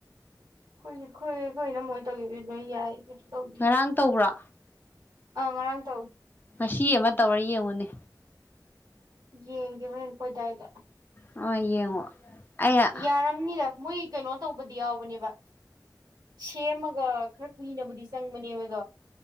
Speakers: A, on the right; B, on the left.
A: ꯏ ꯈꯣꯏꯈꯣꯏꯅ ꯃꯣꯏ ꯇꯧꯈꯤꯕ ꯅꯣꯏ ꯌꯥꯏ ꯀꯩꯁꯨ ꯇꯧꯗꯦ
B: ꯉꯔꯥꯡ ꯇꯧꯕ꯭ꯔꯥ
A: ꯑꯥ ꯉꯔꯥꯡ ꯇꯧ
B: ꯑꯁꯤ ꯑꯃ ꯇꯧꯔ ꯌꯦꯡꯉꯨꯅꯦ
A: ꯌꯦꯡꯈꯤꯕ ꯅꯅꯈꯣꯏꯗꯥꯏꯗ
B: ꯑꯃ ꯌꯦꯡꯉꯣ ꯑꯩ
A: ꯌꯥꯔꯝꯅꯤꯗ ꯃꯣꯏ ꯀꯩꯅꯣ ꯇꯧꯕꯗꯤ ꯌꯥꯎꯕꯅꯦꯕ ꯁꯦꯝꯃꯒ ꯈꯔ ꯀꯨꯏꯅꯕꯕꯨꯗꯤ ꯆꯪꯕꯅꯦꯕ ꯑꯗꯣ